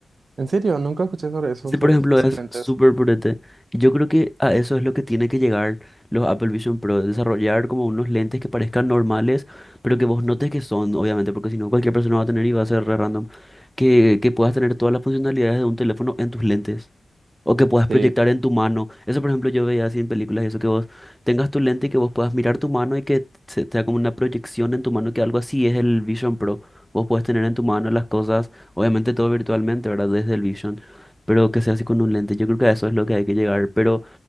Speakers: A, on the right; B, in the centre.
A: En serio, nunca escuché sobre esos,
B: Ese,
A: esos,
B: por ejemplo,
A: esos
B: es
A: lentes.
B: súper potente. Y yo creo que a eso es lo que tiene que llegar los Apple Vision Pro, desarrollar como unos lentes que parezcan normales, pero que vos notes que son, obviamente, porque si no cualquier persona va a tener y va a ser re random, que, que puedas tener todas las funcionalidades de un teléfono en tus lentes. O que puedas proyectar
A: Sí,
B: en tu mano. Eso, por ejemplo, yo veía así en películas, eso que vos tengas tu lente y que vos puedas mirar tu mano y que se te haga como una proyección en tu mano, que algo así es el Vision Pro. Vos puedes tener en tu mano las cosas, obviamente todo virtualmente, ¿verdad? Desde el Vision, pero que sea así con un lente. Yo creo que a eso es lo que hay que llegar. Pero